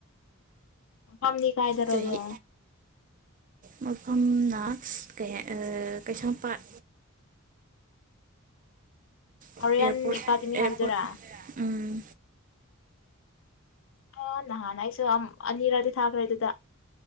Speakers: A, on the left; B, on the right.
A: ꯐꯝꯗꯤ ꯀꯥꯏꯗꯔꯣ
B: ꯆꯍꯤ
A: ꯑꯗꯣ
B: ꯃꯐꯝꯅ ꯀꯩ Keishampat airport
A: Orion academy
B: airport
A: ꯍꯥꯏꯕꯗꯨꯔꯥ
B: ꯎꯝ
A: ꯑꯥ ꯅꯍꯥꯟ ꯑꯩꯁꯨ ꯑꯝ ꯑꯅꯤꯔꯛꯇꯤ ꯊꯥꯈ꯭ꯔꯦ ꯑꯗꯨꯗ